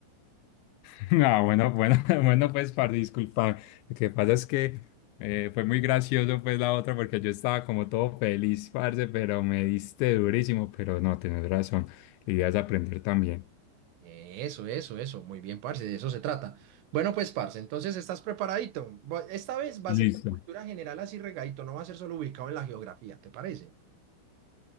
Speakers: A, on the left; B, on the right.
A: <laughs> Ah, bueno, bueno, <laughs> bueno, pues, parce, disculpa. Lo que pasa es que eh, fue muy gracioso, pues, la otra, porque yo estaba como todo feliz, parce, pero me diste durísimo, pero no, tienes razón. La idea es aprender también.
B: Eso, eso, eso. Muy bien, parce, de eso se trata. Bueno, pues, parce, entonces estás preparadito. Va- Esta vez va
A: Listo.
B: a ser de cultura general así regadito, no va a ser solo ubicado en la geografía, ¿te parece?